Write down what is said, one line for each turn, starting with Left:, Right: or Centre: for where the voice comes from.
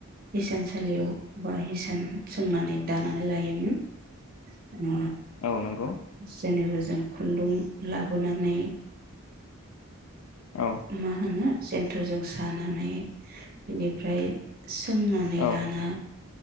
Right: हिसानसालियाव बा। सोंनानै दानानै लायोमोन।
Left: औ नंगौ
Right: जेनेबा । जों खुन्दुं लाबोनानै।
Left: औ
Right: मा होनो । जेन्टेरजों सानानै बेनिफ्राय। सोंनानै
Left: औ
Right: लाना।